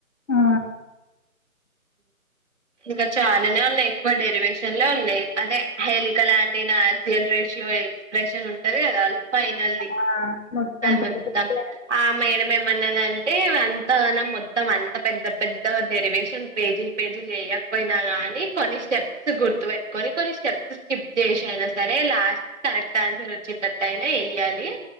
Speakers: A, on the left (about 65°); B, on the right (about 55°).
A: ఆ
B: ఇంకా చాలానే ఉన్నాయి ఎక్కువ డెరివేషన్లే ఉన్నయి. అదే హేలికలాయల్ రేషయో ఎక్స్ప్రెషన్ ఉంటంది ఫైన అది
A: ఆ పెద్ద
B: మొత్తం
A: పెద్ద
B: ఆ అమ్మె ఎమనదంటే అే అంతగాన మొత్తం అంత పెద్ద పెద్ద డెరివేషన్ పేజీలు పేజీలు వేయకపోయినా గానీ కొన్ని స్టెప్స్ గుర్తుపెట్టుకొని కొన్ని స్టెప్స్ స్కిప్ చేసనా సరే లాస్ట్ క కరెక్ట్ ఆన్సర్ వచ్చేటట్టు అయినా వెయ్యాలి